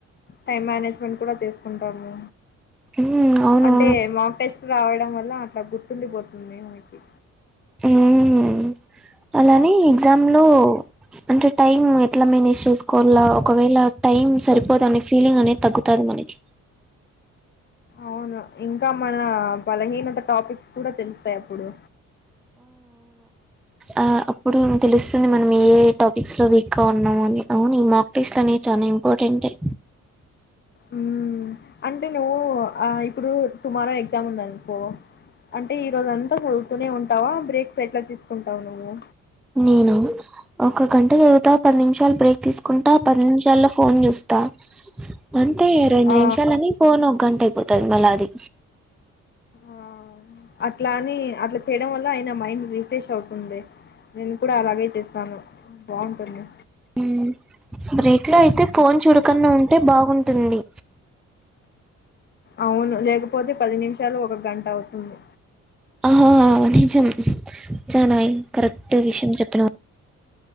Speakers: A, on the left; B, in the centre.
A: టైం మేనేజ్మెంట్ కూడా జేసుకుంటాము
B: ఉమ్ అవునవును
A: అంటే మాక్ టెస్ట్ రాయడం వల్ల అట్లా గుర్తుండిపోతుంది మనకి
B: ఉమ్ అలానే ఎగ్జామ్ లో అంటే టైమ్ ఎట్లా మేనేజ్ చేసుకోవాల ఒకవేళ టై టైం సరిపోదనే ఫీలింగ్ అనేది తగ్గుతంది మనకి
A: అవును ఇంకా మన బలహీనత టాపిక్స్ కూడా తెలుస్తాయి అప్పుడు
B: ఆహ్ అప్పుడు తెలుస్తుంది మనం ఏ ఏ టాపిక్స్ లో వీక్ గా ఉన్నాము అని అవును ఈ మాక్ టెస్ట్ అనేది చా ఇంపార్టెంట్ ఎ
A: ఉమ్ అంటే నువ్వు ఆహ్ ఇప్పుడు టుమారో ఎగ్జామ్ ఉందనుకో అంటే ఈ రోజు అంతా చదువుతూనే ఉంటావా బ్రేక్స్ ఎట్లా తీసుకు కుంటావు నువ్వు
B: నేను ఒక గంట జదువుతా పది నిమిషాలు బ్రేక్ తీసుకుంటా పది నిమిషాల్లో ఫోన్ జుస్తా అంతే రెండు
A: ఆ
B: నిమిషాలని ఫోన్ ఒక గంట అయిపోతది మళ్ళ అది
A: ఆహ్ అట్లా అని అట్లా చేయడం వల్ల అయిన మైండ్ రిఫ్రెష్ అవుతుంది నేను కూడా అలాగే చేస్తాను బావుంటుంది
B: ఉమ్ బ్రేక్ లో అయితే ఫోన్ చూడకన్నా ఉంటే బావుటుంది
A: అవును లేకపోతే పది నిమిషాలు ఒక గంట అవుతుంది
B: ఆహ నిజం చానా కరెక్ట్ విషయం చెప్పినవ్